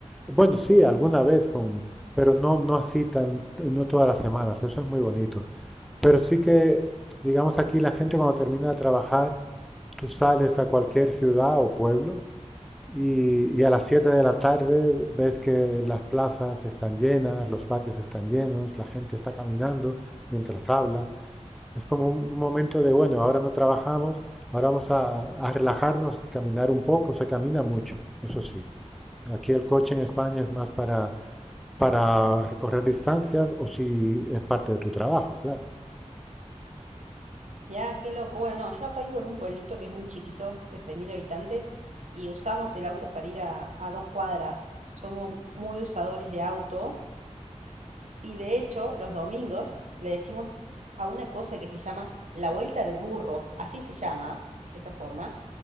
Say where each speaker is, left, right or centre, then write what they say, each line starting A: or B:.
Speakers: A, in the centre; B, on the right.
A: bueno, sí, alguna vez con, pero no, no así tan, no todas las semanas, eso es muy bonito. Pero sí que, digamos, aquí la gente cuando termina de trabajar, tú sales a cualquier ciudad o pueblo y, y a las 7 de la tarde ves que las plazas están llenas, los parques están llenos, la gente está caminando mientras habla. Es como un, un momento de, bueno, ahora no trabajamos, ahora vamos a, a relajarnos, caminar un poco, se camina mucho, eso sí. Aquí el coche en España es más para, para recorrer distancias o si es parte de tu trabajo, claro.
B: Ya, qué loco. Bueno, no, yo acá vivo en un pueblito que es muy chiquito, de 6.000 habitantes, y usamos el auto para ir a, a dos cuadras. Somos muy usadores de auto Y de hecho, los domingos le decimos a una cosa que se llama la vuelta del burro, así se llama, de esa forma,